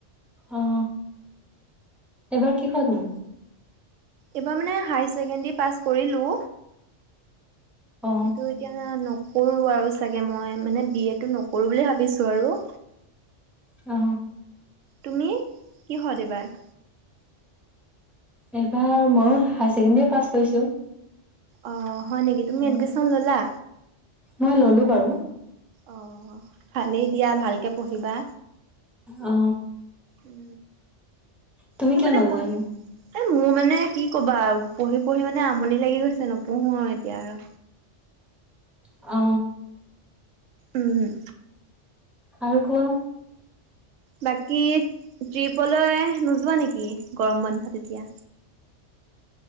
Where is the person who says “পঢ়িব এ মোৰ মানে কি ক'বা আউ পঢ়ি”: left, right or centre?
Right